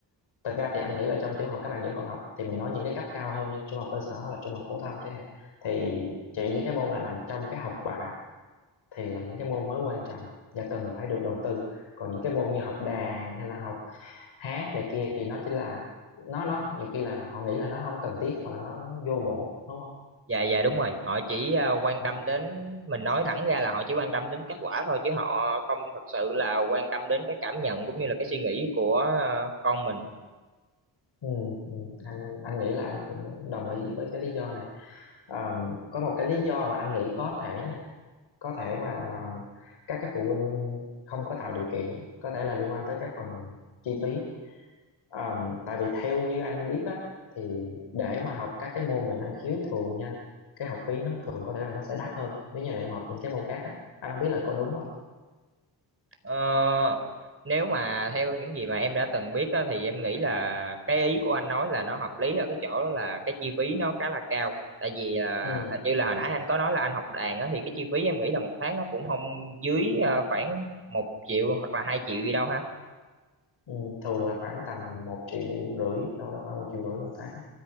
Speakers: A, on the left; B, on the right.
A: thật ra thì anh nghĩ là trong tiểu học các bạn vẫn còn học thì mình nói những cái cấp cao hơn đi trung học cơ sở hoặc là trung học phổ thông chẳng hạn thì chỉ những cái môn nào nằm trong cái học bạ thì là những cái môn mới quan trọng và cần phải được đầu tư còn những cái môn như học đàn hay là học hát này kia thì nó chỉ là nó nó nhiều khi là họ nghĩ là nó không cần thiết mà là nó nó vô bổ đúng không
B: dạ dạ đúng rồi. Họ chỉ ờ, quan
A: ừ.
B: tâm đến mình nói thẳng ra là họ chỉ quan tâm đến kết quả thôi chứ họ không thật sự là quan tâm đến cái cảm nhận cũng như là cái suy nghĩ của ờ, con mình.
A: Ừ, ừ. anh anh nghĩ là anh cũng đồng ý với cái lý do này Ờm, có một cái lý do mà anh nghĩ có thể nha có thể mà mà các cái phụ huynh không có tạo điều kiện có thể là liên quan tới cái phần chi phí Ờm, tại vì theo như anh biết á thì để mà học các cái môn về năng khiếu thường nha cái học phí nó thường có thể là nó sẽ đắt hơn nếu như mà em học những cái môn khác á anh không biết là có đúng không
B: Ờ, nếu mà theo những gì mà em đã từng biết á, thì em nghĩ là cái ý của anh nói là nó hợp lý ở cái chỗ đó là cái chi phí nó khá là cao tại vì à,
A: ừ
B: hình như là hồi nãy anh có nói là anh học đàn á, thì cái chi phí em nghĩ là một tháng nó cũng không dưới à, khoảng một triệu hoặc là hai triệu gì đâu ha
A: Ừ, thường là khoảng tầm một triệu rưỡi đâu đó khoảng một triệu rưỡi một tháng